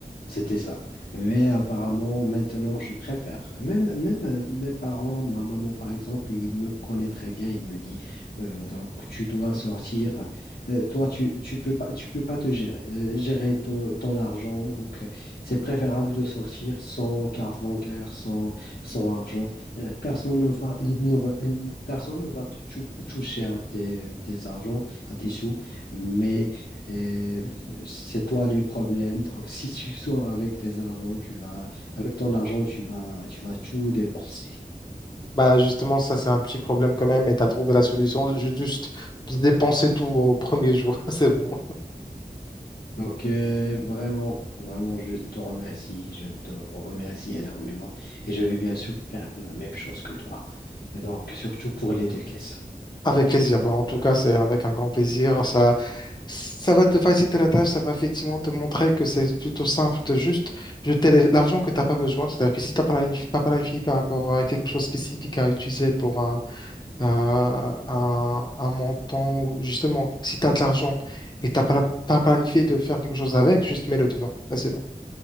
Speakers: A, on the left (about 75°); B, on the left (about 30°).
A: C'était ça. Mais apparemment, maintenant, je préfère. Même, même euh, mes parents, ma maman, par exemple, il me connaît très bien. Il me dit, euh, donc, tu dois sortir. Euh, toi, tu, tu peux pas, tu peux pas te gérer, euh, gérer ton, ton argent. Donc, euh, c'est préférable de sortir sans carte bancaire, sans, sans argent. Euh, personne ne va, <laughs> ne va- personne ne va te tou- toucher à tes, tes argents, à tes sous. Mais et f- c'est toi le problème. <laughs> Donc, si tu sors avec tes argent, tu vas, avec ton argent, tu vas, tu vas tout dépenser.
B: Bah justement, ça c'est un petit problème quand même et tu as trouvé la solution. Ju- Juste dépenser tout au premier jour, <laughs> c'est bon.
A: Donc, euh, vraiment, vraiment, je te remercie. Je te remercie énormément. Et je vais bien sûr faire la même chose que toi. Donc, surtout pour les deux caisses.
B: Avec plaisir. Bah, en tout cas, c'est avec un grand plaisir. Ça, ça va te faciliter la tâche, ça va effectivement te montrer que c'est plutôt simple de juste jeter les- l'argent que tu n'as pas besoin. C'est-à-dire que si tu n'as pas planif- pas planifié par rapport à quelque chose de spécifique à utiliser pour un, un, un- un montant, ou justement, si tu as de l'argent et tu n'as pas, la- pas planifié de faire quelque chose avec, juste mets-le dedans. Bah, c'est bon.